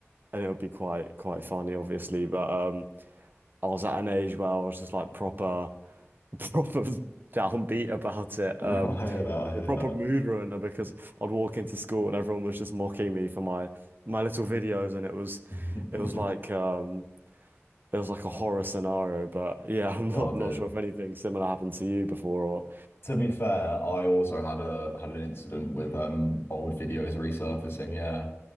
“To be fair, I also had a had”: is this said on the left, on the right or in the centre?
Left